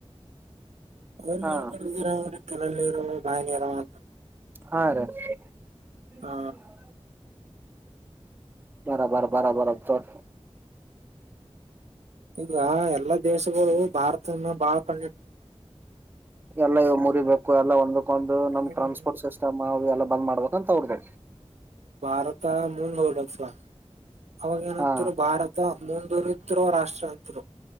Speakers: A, on the right; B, on the right.
A: <unintelligible>
B: ಹಾ
A: ಕೆನಾಲ್ ನೀರ್ ಬಾವಿ ನೀರ್ ಅಂತ್
B: ಹಾ ರೀ ಅಣ್ಣಾ <unintelligible>
A: ಆ
B: ಬಾರಬರ ಬಾರಬರ ಚೊ <unintelligible>
A: ಈಗ ಎಲ್ಲಾ ದೇಶಗೊಳು ಭಾರತನ ಬಾಳ್ ಕಂ
B: ಎಲ್ಲಾ ಇವು ಮುರಿಬೇಕು ಎಲ್ಲಾ ಒಂದಕ್ಕೊಂದು ನಮ್
A: ಹ್ಮ್
B: ಟ್ರಾನ್ಸ್ಪೋರ್ಟ್ ಸಿಸ್ಟಮ್ ಅವು ಎಲ್ಲ ಬಂದ್ ಮಾಡ್ಬೇಕು ಅಂತ ಅವ್ರದ್.
A: ಭಾರತಾ ಮುಂದೋ <unintelligible> ಅವಾಗ ಏನಂತ್ತಿರು
B: ಹಾ
A: ಭಾರತ ಮುಂದೋರ ತ್ತಿರುವ ರಾಷ್ಟ್ರ ಆತ್ರು